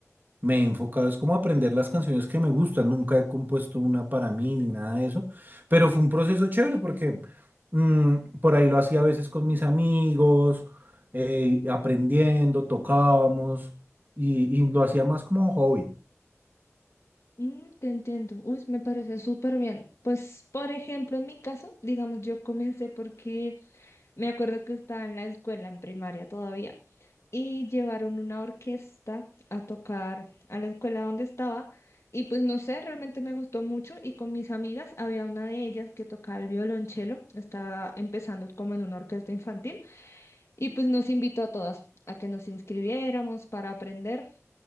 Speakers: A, on the right (about 40°); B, on the left (about 65°).
A: Me he enfocado, es como aprender las canciones que me gustan. Nunca he compuesto una para mí ni nada de eso. Pero fue un proceso chévere porque mm, por ahí lo hacía a veces con mis amigos, eh, aprendiendo, tocábamos y, y lo hacía más como hobby.
B: Mm, te entiendo. Uy, me parece súper bien. Pues, por ejemplo, en mi caso, digamos, yo comencé porque me acuerdo que estaba en la escuela, en primaria todavía, y llevaron una orquesta a tocar a la escuela donde estaba. Y pues no sé, realmente me gustó mucho y con mis amigas había una de ellas que tocaba el violonchelo, estaba empezando como en una orquesta infantil y pues nos invitó a todas a que nos inscribiéramos para aprender.